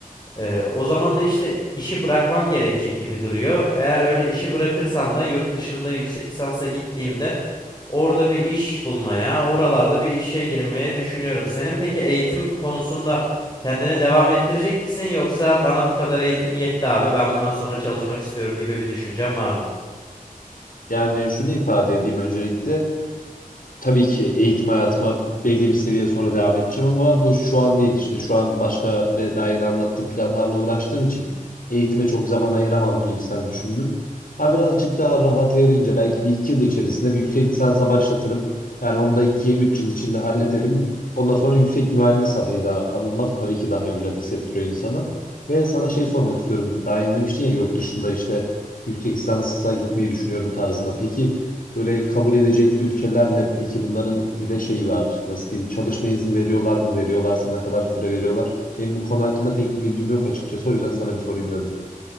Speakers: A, on the left (about 30°); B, on the left (about 70°).
A: Eee, o zaman da işte işi bırakmam gerekecek gibi duruyor. Eğer öyle işi bırakırsam da yurt dışında yüksek lisansa gittiğimde Orada bir iş bulmaya, oralarda bir işe girmeye düşünüyorum. Senin peki eğitim konusunda kendini devam ettirecek misin yoksa bana bu kadar eğitim yetti abi ben bundan sonra çalışmak istiyorum gibi bir düşüncen var mı?
B: Yani şunu ifade edeyim öncelikle. tabii ki eğitim hayatıma belli bir seviye sonra devam edeceğim ama bu şu an değil işte şu an başka de daha yeni anlattığım planlarla uğraştığım için eğitime çok zaman ayıramam gibi sen düşündüm. Ha birazcık daha rahat erince belki bir iki yıl içerisinde bir yüksek lisansa başlatırım. Yani onu da iki üç yıl içinde hallederim. Ondan sonra yüksek mühendis adıyla anılmak tabii ki daha güzel hissettiriyor insana. Ve sana şey sormak istiyorum. Daha yeni demiştin ya yurt dışında işte yüksek lisansa gitmeyi düşünüyorum tarzında. Peki Böyle kabul edecek ülkeler ne? Peki bunların bir de şeyi var. Nasıl diyeyim? Çalışma izni veriyorlar mı? Veriyorlarsa ne kadar süre veriyorlar? Benim bu konu hakkında pek bir bilgim yok açıkçası. O yüzden sana bir sorayım dedim.